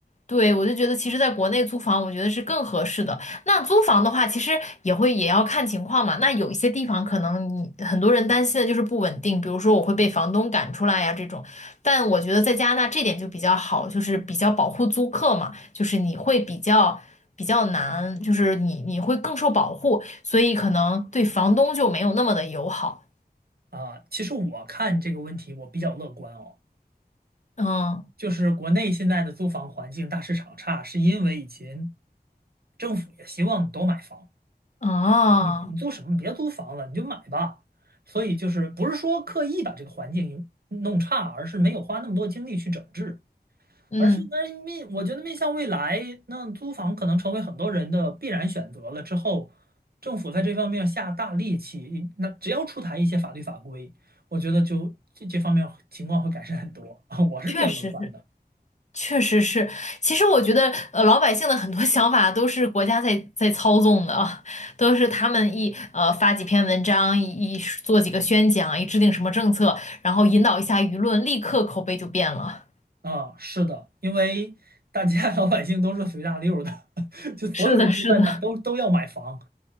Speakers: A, on the left; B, on the right.
A: 对，我就觉得其实在国内租房，我觉得是更合适的。那租房的话，其实也会也要看情况嘛。那有一些地方可能你很多人担心的就是不稳定，比如说我会被房东赶出来呀这种。但我觉得在加拿大这点就比较好，就是比较保护租客嘛，就是你会比较比较难，就是你你会更受保护，所以可能对房东就没有那么的友好。
B: 啊，其实我看这个问题我比较乐观哦，
A: 嗯，
B: 就是国内现在的租房环境大市场差，是因为以前政府也希望你多买房，
A: 哦，
B: 你你租什么？别租房了，你就买吧。所以就是不是说刻意把这个环境弄差，而是没有花那么多精力去整治。
A: 嗯，
B: 而是那面，我觉得面向未来，那租房可能成为很多人的必然选择了。之后，政府在这方面下大力气，那只要出台一些法律法规，我觉得就这这方面情况会改善很多啊。<laughs> 我是比较乐观的
A: 确实是。确实是，其实我觉得，呃，老百姓的很多 <laughs> 想法都是国家在在操纵的啊，都是他们一呃发几篇文章，一一做几个宣讲，一制定什么政策，然后引导一下舆论，立刻口碑就变了。
B: 啊，是的，因为大家 <laughs> 老百姓都是随大溜儿的，<laughs>
A: <laughs>
B: 就所有人都在买，
A: 是的，是的，
B: 都都要买房，